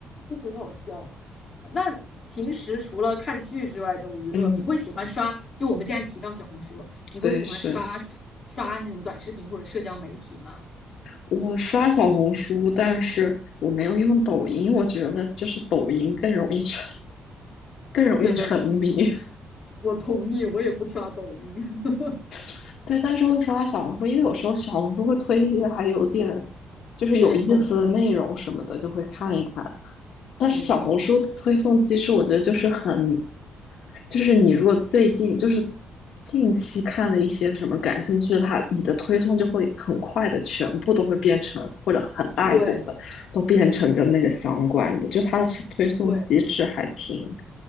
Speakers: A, on the left; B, on the left.
A: 就很好笑。那平时除了看剧之外，这种娱乐，
B: 嗯，
A: 你会喜欢刷？就我们既然提到小红书了，你会喜欢刷刷那种短视频或者社交媒体吗？
B: 对，是我刷小红书，但是我没有用抖音，我觉得就是抖音更容易沉，更容易沉迷。
A: 对对。我同意，我也不刷抖音，<laughs>
B: <laughs> 对，但是会刷小红书，因为有时候小红书会推一些还有点就是有意思的内容什么的，
A: 有点用，
B: 就会看一看。但是小红书的推送机制，
A: 没错，
B: 我觉得就是很，就是你如果最近就是近期看了一些什么感兴趣的，它你的推送就会很快的全部都会变成，或者很大一部分都变成跟那个相关的，
A: 对
B: 就它的推送机制还挺，
A: 对。